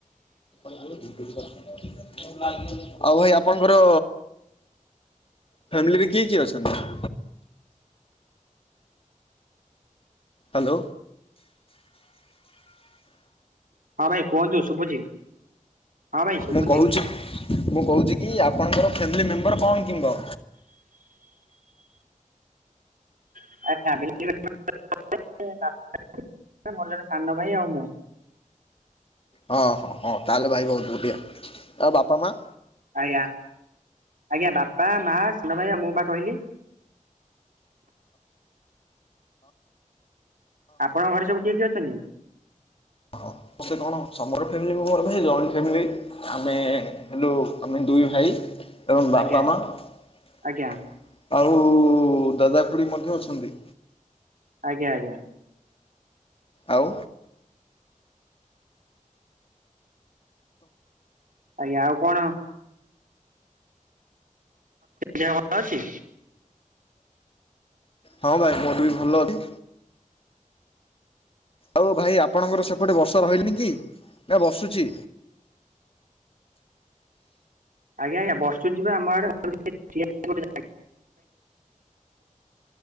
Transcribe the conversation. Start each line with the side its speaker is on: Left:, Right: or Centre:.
Left: ଆଉ ଭାଇ ଆପଣଙ୍କର ଫ୍ୟାମିଲିରେ କିଏ କିଏ ଅଛନ୍ତି? ହାଲୋ।
Right: ହଁ ଭାଇ କୁହନ୍ତୁ ଶୁଭୁଚି ହଁ ଭାଇ ଶୁଭୁଚି।
Left: ମୁଁ କହୁଛି ମୁଁ କହୁଚିକି ଆପଣଙ୍କର ଫ୍ୟାମିଲି ମେମ୍ବର କଣ କିମ୍ବ?
Right: ଆ <unintelligible> ମୋର ଜଣେ ସାନ ଭାଇ ଆଉ ମୁଁ।
Left: ହଁ ହଁ ହଁ ତାହେଲେ ଭାଇ ବହୁତ୍ ବଢିଆ ଆଉ ବାପା ମା?
Right: ଆଜ୍ଞା ଆଜ୍ଞା ବାପା, ମା, ସାନ ଭାଇ ଆଉ ମୁଁ ପା କହିଲି। ଆପଣଙ୍କ ଘରେ ସବୁ କିଏ କିଏ ଅଛନ୍ତି?
Left: ହଁ ମୋତେ କଣ ସମର ଫ୍ୟାମିଲି <unintelligible> ଭାଇ ଜଏଣ୍ଟ ଫ୍ୟାମିଲି ଆମେ ହେଲୁ ଆମେ ଦୁଇ ଭାଇ ଏବଂ ବାପା,
Right: ଆଜ୍ଞା
Left: ମା
Right: ଆଜ୍ଞା
Left: ଆଉ ଦାଦା, ଖୁ଼ଡି ମଧ୍ୟ ଅଛନ୍ତି।
Right: ଆଜ୍ଞା ଆଜ୍ଞା।
Left: ଆଉ।
Right: ଆଜ୍ଞା ଆଉ କଣ ଦିହ ଭଲ ଅଛି?
Left: ହଁ ଭାଇ ମୋର ବି ଭଲ ଅଛି। ଆଉ ଭାଇ ଆପଣଙ୍କର ସେପଟେ ବର୍ଷା ରହିଲାନି କି ନା ବର୍ଷୁଚି?
Right: ଆଜ୍ଞା ଆଜ୍ଞା ବର୍ଷୁଚି ପା ଆମ ଆଡେ <unintelligible> ଠିଆ ହେଇଚୁ ଗୋଟେ ଜାଗାରେ।